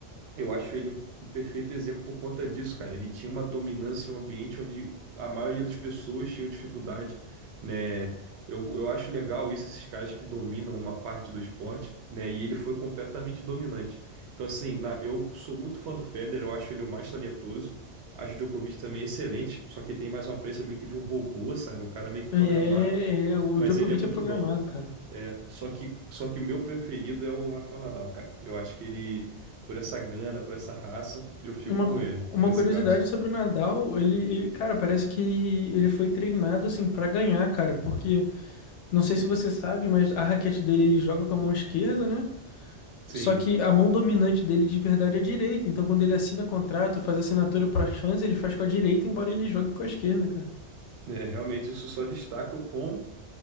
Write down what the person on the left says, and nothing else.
É,
é, é, o
Djokovic
é programado,
cara.
Uma,
cu-
uma
curiosidade
sobre o Nadal, ele, ele, cara, parece que ele foi treinado assim pra ganhar, cara, porque Não sei se você sabe, mas a raquete dele ele joga com a mão esquerda, né?
Só que a mão dominante dele de verdade é a direita. Então quando ele assina contrato, faz assinatura para fãs, ele faz com a direita, embora ele jogue com a esquerda, cara.